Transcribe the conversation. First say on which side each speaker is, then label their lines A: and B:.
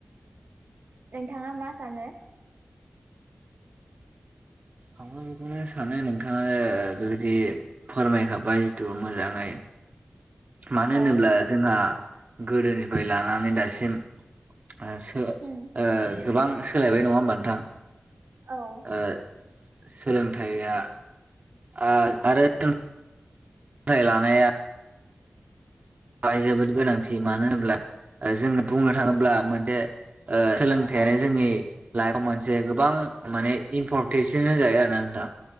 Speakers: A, on the right (about 75°); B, on the right (about 50°).
A: नोंथाङा मा सानो
B: आं बुंनो सानो नोंथाङानो बेबायदि फोरमायखाबाय जिथु मोजाङै। मानो होनोब्ला
A: औ
B: जोंहा गोदोनिफ्राय लानानै दासिम ओ
A: उम
B: ओ गोबां सोलायबाय नङा होमबा नोंथां।
A: औ
B: ओ सोलोंथाइया आरो सोलोंथाइ लानाया जोबोद गोनांथि मानो होनब्ला जोंनो बुंनो थाङोब्ला मोनसे ओ सोलोंथाइयानो जोंनि लाइफआव मोनसे गोबां माने इमपर टेनसिन जायो आरोना नोंथां